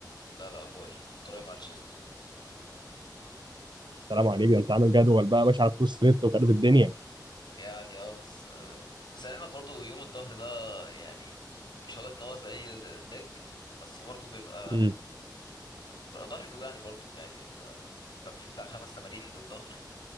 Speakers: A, on the left; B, on the right.
A: لا لا باي تراي مع الشيست
B: سلام عليك ده انت عامل جدول بقى ماشي على البوست نت وخارب الدنيا
A: يعني اه بس آه، بس لعلمك برضو يوم الظهر ده يعني مش هقولك ان هو زي الليج بس برضو بيبقى
B: امم
A: ظهري بيوجعني برضو يعني ال... طب في بتاع خمس تمارين للظهر